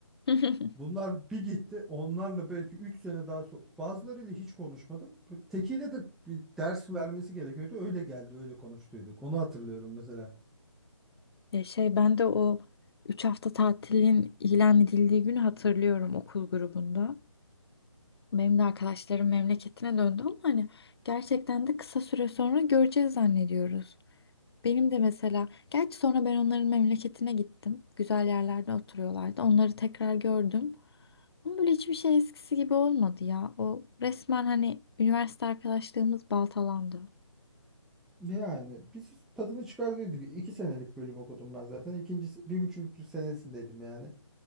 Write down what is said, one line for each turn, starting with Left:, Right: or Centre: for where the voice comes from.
Left: <laughs>
Centre: Bunlar bir gitti onlarla belki 3 sene daha so bazılarıyla hiç konuşmadım. Tekiyle de bir ders vermesi gerekiyordu. Öyle geldi öyle konuştuyduk. Onu hatırlıyorum mesela.
Left: Ya şey ben de o 3 hafta tatilin ilan edildiği günü hatırlıyorum okul grubunda. Benim de arkadaşlarım memleketine döndü ama hani gerçekten de kısa süre sonra göreceğiz zannediyoruz. Benim de mesela, gerçi sonra ben onların memleketine gittim. Güzel yerlerde oturuyorlardı. Onları tekrar gördüm. Ama böyle hiçbir şey eskisi gibi olmadı ya. O resmen hani üniversite arkadaşlığımız baltalandı.
Centre: Yani biz tadını çıkardıydık. iki senelik bölüm okudum ben zaten. İkincisi, bir buçuk senesindeydim yani.